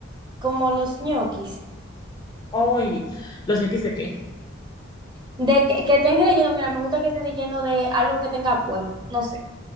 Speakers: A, on the right; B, on the left.
A: como los ñoquis.
B: Ay, ¿los ñoquis de qué?
A: De que, que estén relleno, mira, me gusta que esté relleno de algo que tenga puesto, no sé,